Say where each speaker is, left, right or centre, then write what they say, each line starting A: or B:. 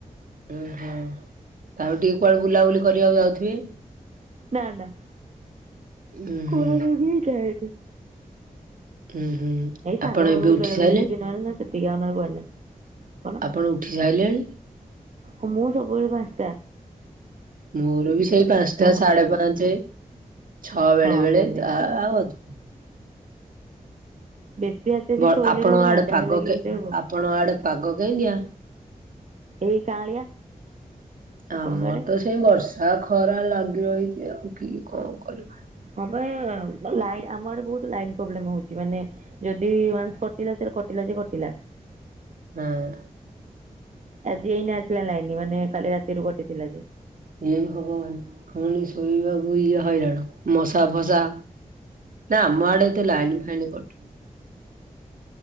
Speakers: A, on the right (about 70°); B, on the right (about 55°).
A: ଉଁ, ହଁ ତାପରେ ଟିକେ କୁଆଡ଼େ ବୁଲାବୁଲି କରିବାକୁ ଯାଉଥିବେ?
B: ନା ନା
A: ଉୁଁ ହୁଁ
B: କୁଆଡ଼େ ବି ଯାଏନି ।
A: ଉୁଁ ହୁଁ
B: ଏଇ ସାଙ୍ଗ
A: ଆପଣ
B: ଘରକୁ
A: ଏବେ ଉଠି
B: ବେଳେ
A: ସାଇଲେ
B: ବେଳେ ଯିବି ନହେଲେ ନା ସେତିକି ଆଉ ନ ହେଲେ କୁଆଡ଼େ ନାହିଁ। କ'ଣ
A: ଆପଣ ଉଠି ସାଇଲେଣି?
B: ହଁ ମୁଁ ସବୁବେଳେ ପାନ୍ସ ଟା।
A: ମୋର ବି ସେଇ ପାନ୍ସ ଟା ସାଢେ
B: ଉଠିବି
A: ପାଞ୍ଚେ। ଛଅ ବେଳେ
B: ହଁ
A: ବେଳେ
B: ସେମିତି
A: ଆ, ଆଉ ଅଧି
B: ବେଶୀ ରାତିରେ ବି
A: ବ-ଆପଣଙ୍କ
B: ଶୋଇଲେ ନା ଗୋଟେ
A: ଆଡ଼େ
B: ମାନ୍ଦାଳିଆ
A: ପାଗ
B: ଲାଗିବନି
A: କେ-ଆପଣଙ୍କ
B: ଦେହକୁ
A: ଆଡ଼େ ପାଗ କେମିତିିଆ?
B: ଏଇ କାଆଁଳିଆ।
A: ଆମର
B: ଆପଣଙ୍କ ଆଡେ?
A: ତ ସେଇ ବର୍ଷା ଖରା ଲାଗି ରହିଚି ଆଉ କି କଣ କରିବା।
B: ହଁ ପା ବୋ ଲାଇ, ଆମ ଆଡେ ବହୁତ ଲାଇନ୍ ପ୍ରୋବ୍ଲେମ୍ ହଉଚି ମାନେ ଯଦି ୱାନ୍ସ କଟିଲା ସେ କଟିଲା ଯେ କଟିଲା
A: ହଁ।
B: ଆଜି ଏଇନେ ଆସିଲା ଲାଇନ ମାନେ କାଲି ରାତିରୁ କଟିଥିଲା ଯେ।
A: ଏଇ ଭଗବାନ ଫୁଣି ଶୋଇବାକୁ ଇଏ ହଇରାଣ ମଶା ଫସା। ନାଁ ଆମ ଆଡେ ତ ଲାଇନ୍ ଫାଇନ୍ କଟିନି।